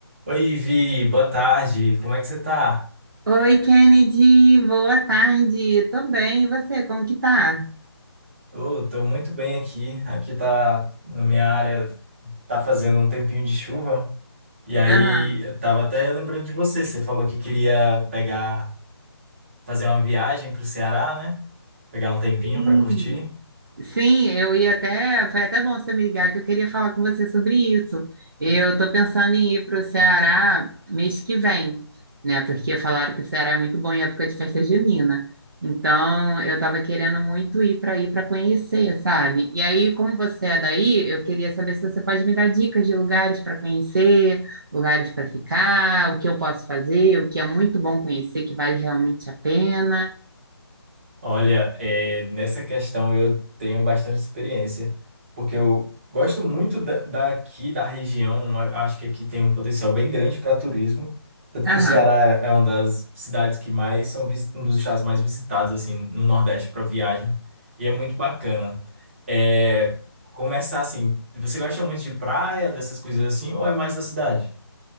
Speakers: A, on the right; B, on the right.
A: Oi, Vi, boa tarde. Como é que você tá?
B: Oi, Kennedy, boa tarde. Tô bem, e você, como que tá?
A: Eu tô muito bem aqui. Aqui tá, na minha área, tá fazendo um tempinho de chuva. E aí,
B: Aham.
A: eu tava até lembrando de você. Você falou que queria pegar, fazer uma viagem pro Ceará, né? Pegar um tempinho
B: Sim.
A: pra curtir.
B: Sim, eu ia até. Foi até bom você me ligar que eu queria falar com você sobre isso. Eu estou pensando em ir para o Ceará mês que vem, né? Porque falaram que o Ceará é muito bom em época de festa junina. Então, eu estava querendo muito ir para aí para conhecer, sabe? E aí, como você é daí, eu queria saber se você pode me dar dicas de lugares para conhecer, lugares para ficar, o que eu posso fazer, o que é muito bom conhecer, que vale realmente a pena.
A: Olha, é, nessa questão eu tenho bastante experiência, porque eu gosto muito da, daqui, da região, a- acho que aqui tem um potencial bem grande para turismo, tanto
B: Aham.
A: que o Ceará é uma das cidades que mais são, visi- um dos estados mais visitados, assim, no Nordeste para viagem, e é muito bacana. É, começar assim, você gosta muito de praia, dessas coisas assim, ou é mais da cidade?